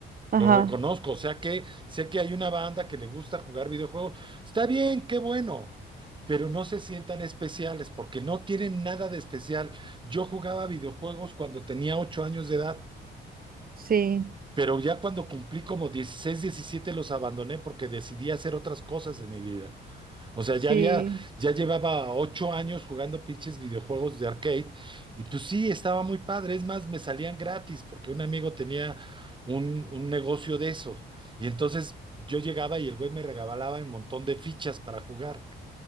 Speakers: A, on the right; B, on the right.
A: Ajá,
B: Lo reconozco, o sea que sé que hay una banda que le gusta jugar videojuegos. Está bien, qué bueno, pero no se sientan especiales porque no tienen nada de especial. Yo jugaba videojuegos cuando tenía 8 años de edad,
A: sí,
B: pero ya cuando cumplí como 16 17 los abandoné porque decidí hacer otras cosas de mi vida. O sea,
A: sí.
B: ya había, ya llevaba ocho años jugando pinches videojuegos de arcade y pues sí, estaba muy padre. Es más, me salían gratis porque un amigo tenía un, un negocio de eso. Y entonces yo llegaba y el güey me regalaba un montón de fichas para jugar.